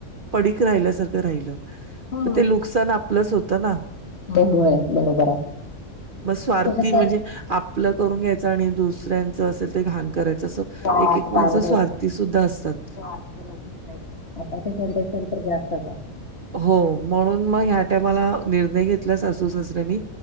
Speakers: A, on the right (about 45°); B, on the left (about 50°).
A: पडीक राहिल्यासारखं राहिलं
B: होय
A: म ते नुकसान आपलंच होतं ना.
B: हो होय बरोबर आहे.
A: मग स्वार्थी
B: ते कसं
A: म्हणजे आपलं करून घ्यायचं आणि दुसऱ्यांचं असेल ते घाण करायचं असं.
B: वाया
A: एक एक
B: जाऊ
A: माणस
B: देत
A: स्वार्थी सुद्धा असतात
B: स्वार्थ आताच्या जनरेशन तर जास्त का,
A: हो म्हणून मग ह्या टामाला निर्णय घेतला सासू सासऱ्यांनी